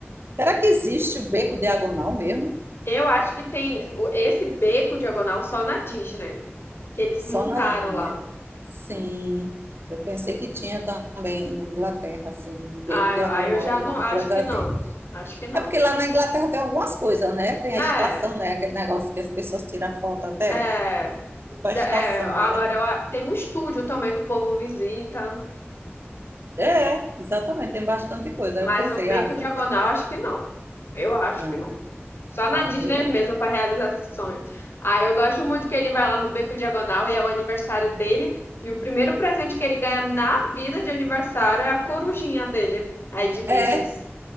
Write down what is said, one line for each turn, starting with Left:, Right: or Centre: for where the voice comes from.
Right: Será que existe o beco diagonal mesmo?
Left: Eu acho que tem o- esse beco diagonal só na Disney, que eles
Right: Só
Left: montaram
Right: na Disney,
Left: lá.
Right: né? Sim. Eu pensei que tinha também na Inglaterra, assim, um beco
Left: Ah,
Right: diagonal,
Left: eu, aí eu já
Right: alguma
Left: não acho
Right: coisa
Left: que não.
Right: assim.
Left: Acho que não.
Right: É porque lá na Inglaterra tem algumas coisas, né? Tem a
Left: É,
Right: estação, né? Aquele negócio que as pessoas tiram foto até,
Left: é.
Right: tipo a
Left: É,
Right: estação,
Left: agora
Right: né?
Left: eu, a- tem um estúdio também que o povo visita,
Right: É, exatamente, tem bastante coisa.
Left: mas
Right: Aí eu pensei,
Left: o Beco
Right: ah, se-
Left: Diagonal acho que não. Eu acho
Right: não,
Left: que não.
Right: né?
Left: Só na
Right: Ah,
Left: Disney
Right: o beco
Left: mesmo para realizar esse sonho. Ah, eu gosto muito que ele vai lá no Beco Diagonal e é o aniversário dele. E o primeiro presente que ele ganha na vida de aniversário é a corujinha dele. Aí de Viges.
Right: é,